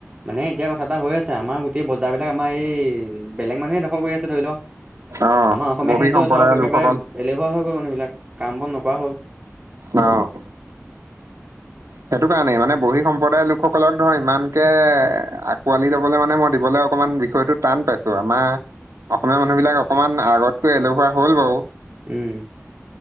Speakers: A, on the right; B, on the right.
A: মানে এতিয়া কথা এটা হৈ আছে আমাৰ গ এই বজাৰ বিলাক আমাৰ এই বেলেগ মানুহে দখল কৰি আছে ধৰি লওক।
B: অ
A: আমাৰ অসমীয়া
B: বহি
A: খিনিতো
B: সম্প্ৰদায়ৰ
A: চব একেবাৰে
B: লোকসকল
A: এলেহুৱা হৈ গ'ল মানুহ বিলাক কাম বন নকৰা হ'ল।
B: অহ, সেইটো কাৰণেই মানে বহী সম্প্ৰদায়ৰ লোকসকলক ধৰ ইমান কেে আকোৱালি লবলৈ মানে মই দিবলৈ অকণমান বিষয়তো টান পাইছোঁ আমাৰ অসমীয়া মানুহ বিলাক অকনমান আগতকৈ এলেহুৱা হ'ল বাৰু।
A: উম